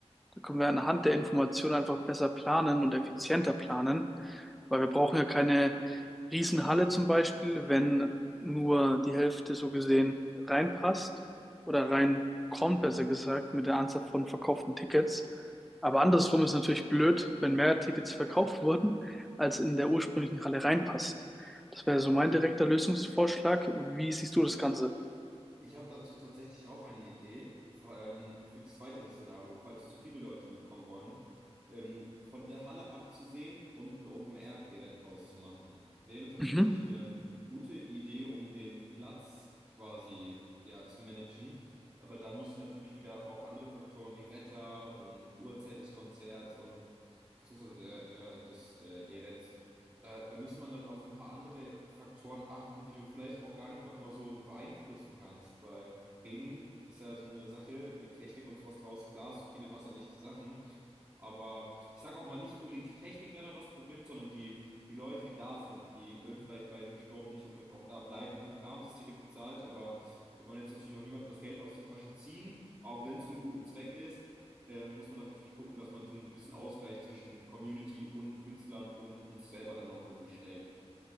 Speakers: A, in the centre; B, on the right (about 30°).
A: da können wir anhand der Informationen einfach besser planen und effizienter planen, weil wir brauchen ja keine Riesenhalle zum Beispiel, wenn nur die Hälfte so gesehen reinpasst oder reinkommt, besser gesagt, mit der Anzahl von verkauften Tickets. Aber andersrum ist natürlich blöd, wenn mehr Tickets verkauft <laughs> wurden, als in der ursprünglichen Halle reinpasst. Das wäre so mein direkter Lösungsvorschlag. Wie siehst du das Ganze?
B: Ich habe dazu tatsächlich auch eine Idee ähm, für das weitere Szenario, falls zu viele Leute mitkommen wollen, ähm, von der Halle abzusehen und ein Open-Air-Event draus zu machen. Wäre tatsächlich
A: Mhm.
B: eine gute Idee, um den Platz quasi ja, zu managen. Aber dann musst du natürlich wieder auf andere Faktoren wie Wetter und Uhrzeit des Konzerts und beziehungsweise der, der, des äh, Events da, da müsste man dann auf ein paar andere Faktoren achten, die du vielleicht auch gar nicht mal immer so beeinflussen kannst, weil Regen ist ja so eine Sache mit Technik und sowas draußen. Klar, es sind viele wasserdichte Sachen, aber ich sage auch mal nicht unbedingt, die Technik wäre dann das Problem, sondern die, die Leute, die da sind, die würden vielleicht bei einem Sturm nicht unbedingt auch da bleiben. Klar haben sie das Ticket bezahlt, aber wir wollen jetzt natürlich auch niemandem das Geld aus den Taschen ziehen, auch wenn es für einen guten Zweck ist ähm, muss man dann natürlich gucken, dass man so einen gewissen Ausgleich zwischen Community und Künstlern und uns selber dann auch irgendwie stellt.